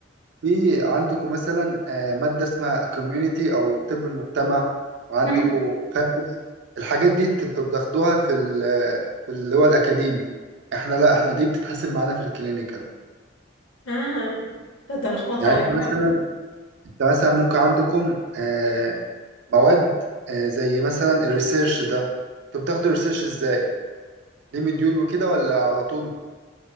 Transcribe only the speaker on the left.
مم.
اه ده ده لخبطه
قوي
الهبل
ده